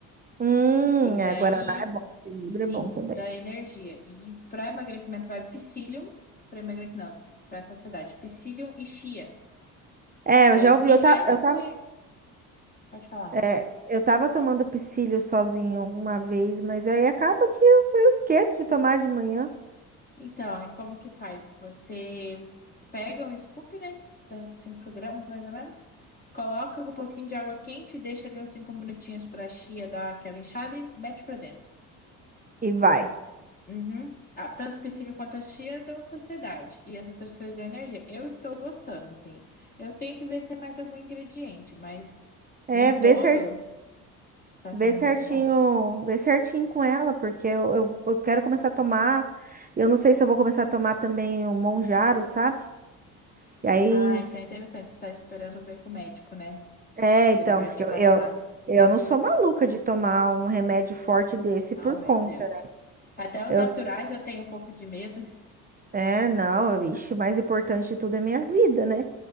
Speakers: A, on the right (about 20°); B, on the left (about 20°).
A: Hum,
B: E daí,
A: é, Guaraná é bom, gengibre
B: sim,
A: é bom também.
B: dá energia. E para emagrecimento vai psyllium, para emagrecimento, não, para saciedade, psyllium e chia.
A: É, eu
B: Aí
A: já ouvi,
B: tem
A: eu,
B: mais
A: ta, eu
B: algum,
A: tava
B: pode falar.
A: É, Eu tava tomando psyllium sozinho uma vez, mas aí acaba que eu, eu esqueço de tomar de manhã
B: Então, aí como que faz? Você pega um scoop, né? Dá 5 gramas mais ou menos. Coloca com um pouquinho de água quente, e deixa ali uns 5 minutinhos para a chia dar aquela inchada e mete para dentro.
A: e vai.
B: Uhum. Ah, tanto o psíquico quanto a chia dão saciedade. E as outras coisas dão energia. Eu estou gostando, assim. Eu tenho que ver se tem mais algum ingrediente, mas
A: É,
B: no
A: vê
B: todo
A: cer-
B: tá
A: vê
B: sendo
A: certinho,
B: muito bom.
A: vê certinho com ela, porque eu, eu, eu quero começar a tomar. Eu não sei se eu vou começar a tomar também o Monjaro, sabe? E aí,
B: Ah, isso é interessante. Você tá esperando ver com o médico, né?
A: é,
B: Se
A: então,
B: ele vai
A: porque
B: te
A: eu,
B: passar.
A: eu, eu não sou maluca de tomar um remédio forte desse
B: Ah,
A: por
B: meu
A: conta,
B: Deus.
A: né?
B: Até os
A: Eu,
B: naturais eu tenho um pouco de medo.
A: é, não, vixe, o mais importante de tudo é minha vida, né?